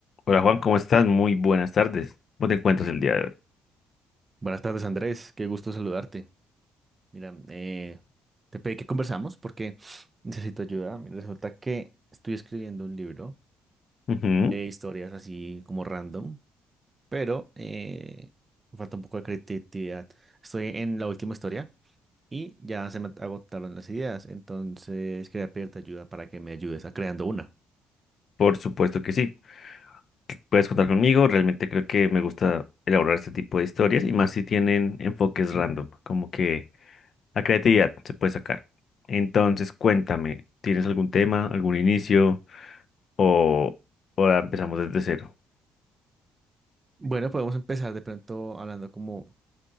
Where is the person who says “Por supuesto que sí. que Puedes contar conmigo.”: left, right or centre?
Left